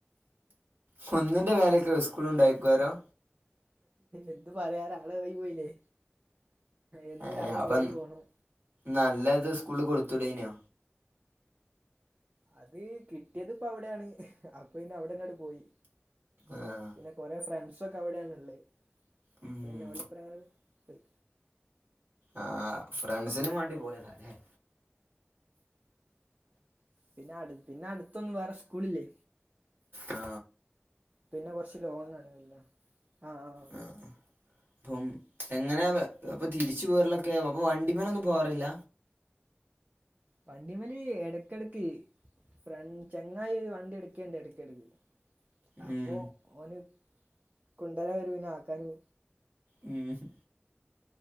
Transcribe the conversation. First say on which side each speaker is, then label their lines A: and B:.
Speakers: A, on the right (about 60°); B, on the right (about 35°).
A: കുന്നിന്റെ മേല ക്കാ ഇസ്കൂളുണ്ടായ്ക്കൊരം
B: എന്തു പറയാനാ അവിടായി പോയില്ലേ എന്നും
A: ഏഹ്
B: രാവിലെ
A: അപ്പം
B: കേറിപോണം
A: നല്ലത് സ്കൂളില് കൊടുത്തൂടെയ്നോ
B: അതീ കിട്ടയത് ഇപ്പൊ അവിടേണ് അപ്പൊ പിന്നെ അവടന്നാണ്ട് പോയി
A: ആഹ്
B: പിന്നെ കൊറേ ശ്ര ക്കെ അവിടാണ് ഉള്ളെ
A: ഉം
B: അപ്പ പിന്നെ <unintelligible> പെയ്
A: ആ ഫ്രണ്ട്സിനും വേണ്ടി പോയതാ ഞാൻ
B: പിന്നാട് പിന്നാട് ടുത്തൊന്നും വേറെ സ്കൂളില്ലെ?
A: ആ
B: പിന്നെ കൊറച്ച് ലോങ് ആണ് എല്ലാം ആഹ് ആഹ്
A: ആ അപ്പം എങ്ങനാ അത് അപ്പൊ തിരിച്ചു പോരലൊക്കെ അപ്പൊ വണ്ടിമേലൊന്നും പോവാറില്ല
B: വണ്ടിമേല് ഇടക്കിടക്ക് ഫ്ര ചങ്ങായിയൊരു വണ്ടി എടുക്കേണ്ട് ഇടക്കിടക്ക് അപ്പൊ
A: ഉം
B: ഓന് കുണ്ടല വരോന്ന് ആക്കാന്ന്
A: ഉം ഹ്